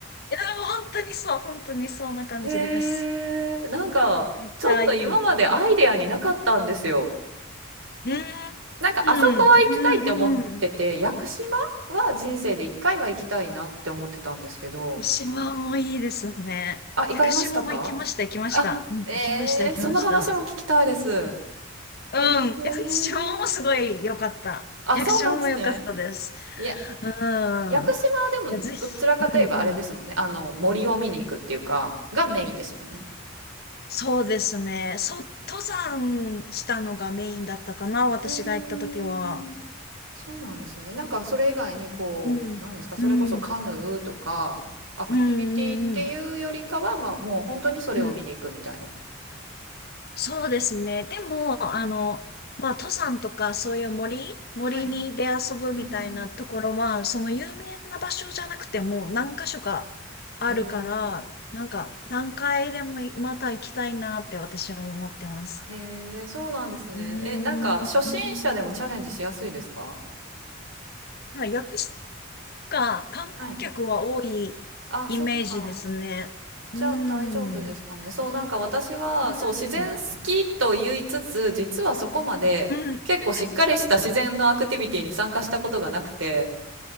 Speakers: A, on the left; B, on the right.
A: いや、でも本当にそう、本当にそんな感じです。
B: へえ、なんか、
A: めっちゃいい。
B: ちょっと今までアイデアになかったんですよ。
A: うん、
B: なんかあそこは行きたいって思ってて、
A: うん、うん。
B: 屋久島は人生で一回は行きたいなって思ってたんですけど、
A: 湯島もいいですね。
B: あ、行かれましたか
A: 屋久島も行きました、行きました。
B: あ、
A: うん、
B: えー、
A: 行きました、行きました。
B: その話も聞きたいです。
A: うん、
B: えー、
A: 屋久島もすごい良かった。
B: あ、
A: 屋久島も良かったです。
B: そうなんですね。いや、
A: う
B: 屋久島はでもどちらかといえばあれですもんね。
A: ん。いや、ぜひ、うん、うん。
B: あの、森を見に行くっていうか、がメインですもんね。
A: そうですね。そう、登山したのがメインだったかな、私が行った時は。
B: うーんそうなんですね。なんかそれ以外にこう、
A: うん、
B: なんですか、それこそカヌーとか、
A: うん、
B: アクティビティっていうよりかは、
A: うん、うん、うん。
B: まあ、もう本当にそれを見に行くみたいな。
A: うんそうですね。でも、
B: うん
A: あの、まあ、登山とかそういう森、森に出遊ぶみたいなところは、
B: はい。うんうん
A: その有名な場所じゃなくても何箇所かあるから、
B: へえ。
A: なんか何回でもいまた行きたいなって私は思ってます。
B: へえ、そうなんですね。
A: うーん、
B: え、なんか初心者でもチャレンジしやすいですか
A: うーんはい、薬師が観光客は多いイメージですね。
B: はい。あ、そっか。
A: うーん。
B: じゃあ大丈夫ですかね。そう、なんか私は、
A: うん、
B: そう、
A: うん。
B: 自然好きと言いつつ、実はそこまで結構しっかりした自然のアクティビティに参加したことがなくて、
A: <laughs>